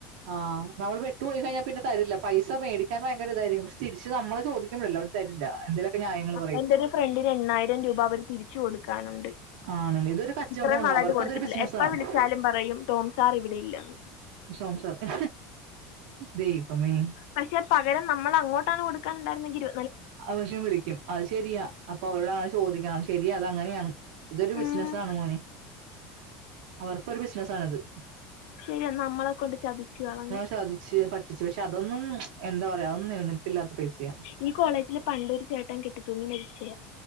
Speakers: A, on the right; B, on the left.
A: ആഹ് നമ്മള് പെട്ടു പോയി കഴിഞ്ഞാ പിന്നെ തരില്ല പൈസ മേടിക്കാൻ ഭയങ്കര ഇതായിരിക്കു പക്ഷെ തിരിച്ച് നമ്മള് ചോദിക്കുബോള തരില്ല എന്തെലൊക്കെ ന്യായങ്ങള് പറയും
B: എൻ്റെ ഒരു ഫ്രണ്ടിന് എണ്ണായിരം രൂപ അവര് തിരിച്ചു കൊടുക്കാനുണ്ട്
A: ആണല്ലേ ഇതൊരു കച്ചവടമുള്ള
B: ഇത്രയും നാളായിട്ട്
A: അവർക്കതൊരു
B: കൊടുത്തിട്ടില്ല
A: ബിസിനസ്സാണ്
B: എപ്പ വിളിച്ചാലും പറയും ടോം സാർ ഇവിടെ ഇല്ലന്ന്
A: ടോം സാറ് ദൈവമേ
B: പക്ഷെ പകരം നമ്മൾ അങ്ങോട്ടാണ് കൊടുക്കാനുണ്ടായിരുന്നെങ്കില്
A: അത് പക്ഷേ വിളിക്കും അത് ശരിയാ അപ്പൊ അവരോട് അങ്ങനെ ചോദിക്കണം ശരി അത് അങ്ങനെയാണ് ഇതൊരു
B: ഉം
A: ബിസിനസ്സാണ് മോനെ അവർക്കൊരു ബിസിനസ്സാണത്
B: ശരിയ നമ്മളെ കൊണ്ട് ചതിച്ചു കളഞ്ഞു
A: ചതിച്ചേ പ റ്റിച്ച് പക്ഷെ അതൊന്നും എന്താ പറയാ അതന്നും നിലനിൽപ്പില്ലാത്ത പൈസയാ
B: ഈ കോളേജില് പണ്ടൊരു ചേട്ടൻ കെട്ടി തൂങ്ങി മരിച്ചേയ